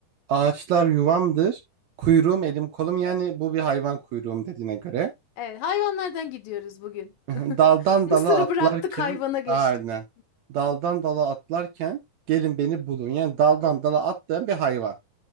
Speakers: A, on the right; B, on the left.
A: Ağaçlar yuvamdır. Kuyruğum elim kolum yani bu bir hayvan kuyruğum dediğine göre.
B: Evet, hayvanlardan gidiyoruz bugün.
A: <laughs>
B: <laughs>
A: Daldan dala
B: Mısır'ı
A: atlarken
B: bıraktık, hayvana geçtik.
A: aynen. Daldan dala atlarken gelin beni bulun. Yani daldan dala atlayan bir hayvan.